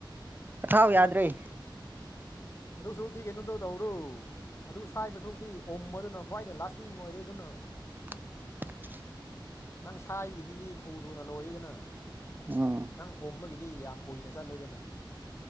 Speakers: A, on the right; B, on the left.
A: ꯆꯛꯈꯥꯎ ꯌꯥꯗ꯭ꯔꯦ
B: ꯑꯗꯨ ꯁꯔꯨꯛꯇꯤ ꯀꯩꯅꯣꯗꯣ ꯇꯧꯔꯣ ꯑꯗꯨ ꯁꯥꯏꯕ ꯁꯔꯨꯛꯇꯤ ꯑꯣꯝꯕꯗꯨꯅ ꯈ꯭ꯋꯥꯏꯗꯩ ꯂꯥꯁꯇꯤꯡ ꯑꯣꯏꯔꯦ ꯑꯗꯨꯅ
A: <inaudible>
B: ꯅꯪ ꯁꯥꯏꯕꯒꯤꯗꯤꯗꯤ ꯊꯨ ꯊꯨꯅ ꯂꯣꯏꯌꯦꯗꯅ
A: ꯎꯝ
B: ꯅꯪ ꯑꯣꯝꯕꯒꯤꯗꯤ ꯌꯥꯝ ꯀꯨꯏꯅ ꯆꯠꯂꯦꯗꯅ